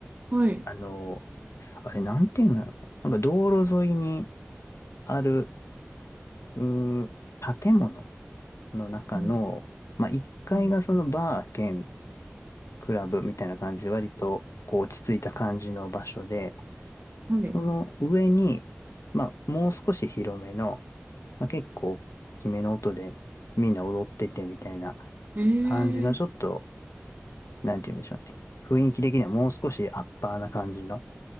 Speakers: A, on the right (about 35°); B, on the left (about 85°).
A: はい。
B: あの、あれなんていうんだろう。なんか道路沿いにある、うー建物の中の、
A: は
B: まあ1階がそのバー兼
A: い
B: クラブみたいな感じで割とこう落ち着いた感じの場所で、
A: はい
B: その上に、まあもう少し広めの、まあ結構大きめの音でみんな踊っててみたいな
A: ええー。
B: 感じのちょっと、なんて言うんでしょうね。雰囲気的にはもう少しアッパーな感じの